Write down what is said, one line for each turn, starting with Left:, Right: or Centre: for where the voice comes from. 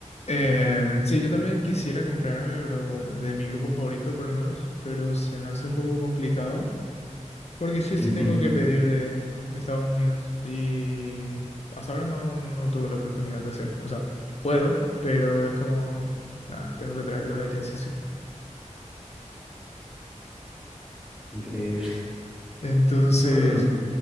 Left: Em, sí, yo también quisiera comprarme, pero de mi grupo favorito por lo menos, pero se me hace un poco complicado porque sí o sí
Centre: Ujú,
Left: tengo que pedir de, de Estados Unidos y hasta ahora no, no tuve la oportunidad de hacer. O sea, puedo, pero es como, ah, tengo que traerlo de allá sí o sí.
Centre: Increíble. <laughs>
Left: Entonces,
Centre: Bueno,